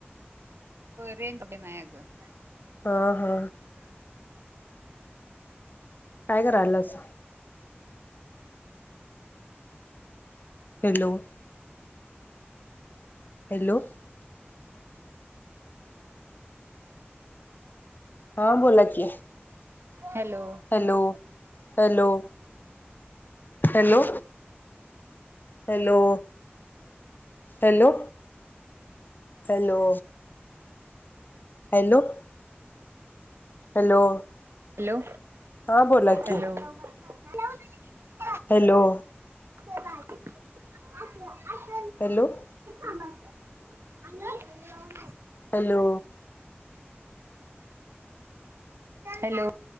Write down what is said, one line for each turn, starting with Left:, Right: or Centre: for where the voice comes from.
Right: बरेतेआहेत माया त
Left: हा हा टायगर आला अस हॅलो हॅलो हा बोला की,
Right: hello
Left: hello hello hello, hello, hello hello hello hello
Right: hello
Left: हा बोला की
Right: hello <inaudible>
Left: hello
Right: <inaudible>
Left: hello
Right: <unintelligible>
Left: hello
Right: hello